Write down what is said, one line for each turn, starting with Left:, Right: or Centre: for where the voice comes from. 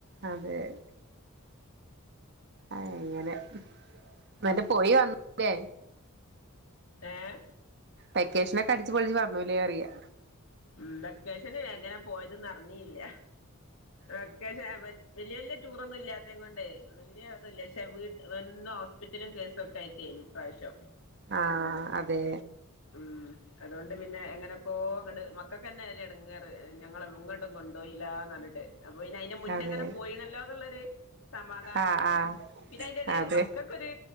Right: അതെ അങ്ങനെ ഇന്നിട്ട് പോയി വന്ന് ല്ലേ
Left: ഏഹ്
Right: വെക്കേഷനൊക്കെ അടിച്ച്പൊളിച്ച് വന്നൂലേ പറയാ
Left: ഉം വെക്കേഷന് എങ്ങനാ പോയത് ന്ന് അറിഞ്ഞീല്ലാ അത്യാവശ്യ ആഹ് വെൽ വെല്യ വെല്യ ടൂറൊന്നും ഇല്ലാത്തേം കൊണ്ടേ വെല്യാ ഇതില്ലാ പക്ഷെ വീട്ട് എന്നും ഹോസ്പ്പിറ്റലും കേസും ഒക്കെ ആയിട്ടേനി ഇപ്രാശ്യം
Right: ആഹ് അതെ
Left: ഉം അതോണ്ട് പിന്നെ എങ്ങനെക്കോ ഇങ്ങട് മക്കക്കെന്നെ ഒര് എടങ്ങേറ് ഞങ്ങളെ എങ്ങട്ടും കൊണ്ടോയില്ലാന്ന് പറഞ്ഞിട്ട് അപ്പൊ പിന്ന അയിന്റെ മുന്നെങ്ങനെ
Right: അതെ
Left: പോയിണെല്ലോന്ന്ള്ളൊരു സമാധാനൊള്ളു
Right: ആഹ് ആഹ്
Left: പിന്നെ അയിന്റെ എടേല്
Right: അതെ
Left: മക്കക്കൊരു